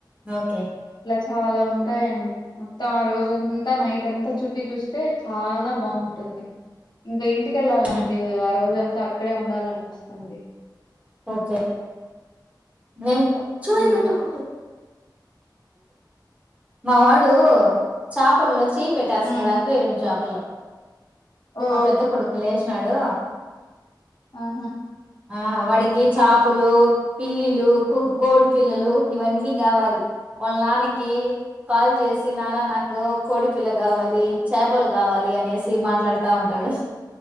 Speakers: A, on the right (about 15°); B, on the left (about 65°).
A: ఒకే
B: చాల ఉంటాయండి మొత్తం ఆ రోజంతా నైట్ అంతా చుట్టి చూస్తే చాల బాగుంటుంది ఇంకా ఇంటికి కెళ్ళాలనిపిదు
A: హ్మ్
B: ఆ రోజ అంతా అక్కడే ఉండాలనిపిస్తుంది
A: ఒకే నెయ్ చెయ్
B: ఉమ్
A: పెట్టకూడదు మావాడు చేపల్లో చెయ్ పెట్టేస్తున్నాడు
B: ఉమ్
A: అక్వేరియం చాపల్లో
B: ఓ
A: మా పెద్ద కొడుకు లేచినాడు
B: ఆహా
A: ఆ వాడికి చాపలు పిల్లి లు కు కోడి పిల్లలు ఇవన్నీ కావాలి వాళ్ళ నాన్నకి కాల్ చేసి నాన్న నాకు కోడి పిల్ల కావాలి చేపలు కావాలి అనేసి మాట్లాడుతా ఉంటాడు